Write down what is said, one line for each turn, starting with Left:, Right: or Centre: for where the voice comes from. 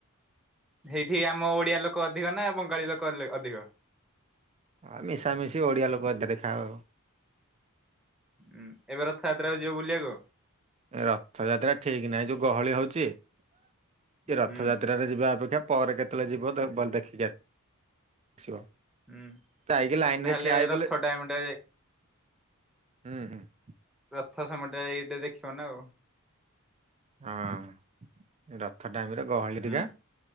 Centre: ସେଇଠି ଆମ ଓଡିଆଲୋକ ଅଧିକ ନା ବଙ୍ଗାଳୀଲୋକ ଲେ କ ଅଧିକ?
Right: ଆ ମିଶାମିଶି ଓଡିଆଲୋକ ଅଧେ ଦେଖା ହୋଉ।
Centre: ଉଁ ଏବେ ରଥଯାତ୍ରାକୁ ଯିବ ବୁଲିବାକୁ?
Right: ଏ ରଥଯାତ୍ରା ଠିକ ନାହିଁ ଯୋଉ ଗହଳି ହୋଉଚି ଏ ରଥଯାତ୍ରା
Centre: ହୁଁ
Right: ରେ ଯିବା ଅପେକ୍ଷା ପଅରେ କେତୋଳେ ଯିବ ଦ ଭଲ୍ ଦେଖିକି ଆସ ଆସିବ
Centre: ହୁଁ।
Right: ଯାଇକି ଲାଇନରେ
Centre: ତାହେଲେ
Right: ଠିଆ ହେଇପଇଲେ
Centre: ରଥ ଟାଇମ୍ ଟା
Right: ହୁଁ ହୁଁ।
Centre: ରଥ ସମୟଟା ଯାଇକି ଟିକେ ଦେଖିବ ନା ଆଉ।
Right: ହଁ ରଥ ଟାଇମିରେ ଗହଳି ହରିକା
Centre: ହୁଁ